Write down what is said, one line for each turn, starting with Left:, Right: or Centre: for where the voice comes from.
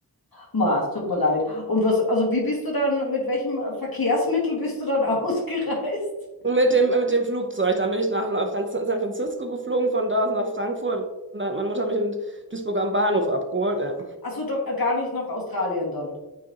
Left: Ma, es tut mir leid. Und was, also wie bist du dann, mit welchem Verkehrsmittel bist du dann <laughs> ausgereist?
Right: Und mit dem, mit dem Flugzeug, dann bin ich nach nach Fran- San Francisco geflogen, von da aus nach Frankfurt. Und da hat meine Mutter mich in Duisburg am Bahnhof abgeholt. ja.
Left: Achso, doch äh, gar nicht nach Australien dann.